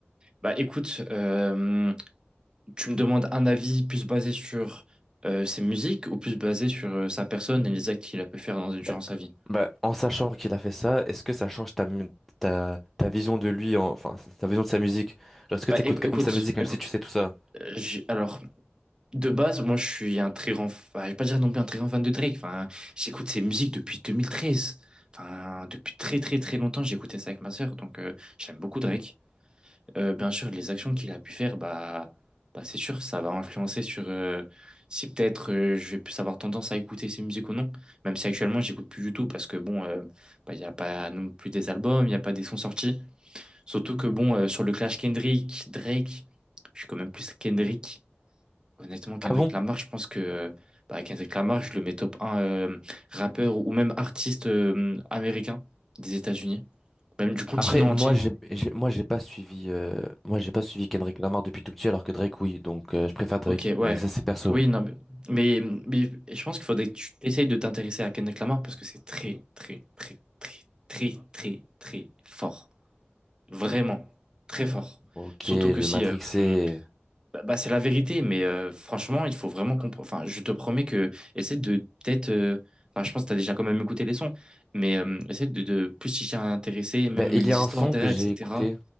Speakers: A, on the right; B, in the centre.
A: Bah écoute, euh, tu me demandes un avis plus basé sur euh, ses musiques ou plus basé sur euh, sa personne et les actes qu'il a pu faire dans- durant
B: bah,
A: sa vie?
B: bah, en sachant qu'il a fait ça, est-ce que ça change ta, mu- ta, ta vision de lui, en- enfin, ta vision de sa musique? Genre, Est-ce que
A: Bah
B: t'écoutes
A: éc-
B: quand
A: écoute,
B: même sa musique, même
A: écoute.
B: si tu sais tout ça?
A: Euh, j'ai- alors, de base, moi je suis un très grand, fa- je vais pas dire non plus un très grand fan de Drake. Enfin, j'écoute ses musiques depuis 2013. Enfin, depuis très très très longtemps, j'écoutais ça avec ma sœur, donc euh, j'aime beaucoup Drake. Euh, bien sûr, les actions qu'il a pu faire, bah, bah c'est sûr, ça va influencer sur euh, si peut-être euh, je vais plus avoir tendance à écouter ses musiques ou non. Même si actuellement, j'écoute plus du tout parce que bon, euh, bah, il n'y a pas non plus des albums, il n'y a pas des sons sortis. Surtout que bon, euh, sur le clash Kendrick, Drake, je suis quand même plus Kendrick. Honnêtement, Kendrick
B: Ah bon?
A: Lamar, je pense que euh, bah, Kendrick Lamar, je le mets top un euh, rappeur ou même artiste euh, américain des États-Unis, même du continent
B: Après, moi,
A: entier.
B: j'ai, j'ai- moi, j'ai pas suivi, euh, moi, j'ai pas suivi Kendrick Lamar depuis tout petit, alors que Drake, oui. Donc, euh, je préfère Drake.
A: Ok, ouais.
B: Mais ça, c'est perso.
A: Oui, non, mais, mais, mais je pense qu'il faudrait que tu essayes de t'intéresser à Kendrick Lamar parce que c'est très, très, très, très, très, très, très fort. Vraiment, très fort.
B: Ok,
A: Surtout
B: le
A: que si...
B: Matrixé.
A: euh, hum, bah, bah, c'est la vérité, mais euh, franchement, il faut vraiment comprendre... Enfin, je te promets que... Essaie de peut-être... euh, Enfin, je pense que tu as déjà quand même écouté les sons, mais euh, essaie de, de plus t'y intéresser, même
B: Ben, il
A: les
B: y a un
A: histoires
B: son
A: derrière,
B: que j'ai
A: etc.
B: écouté.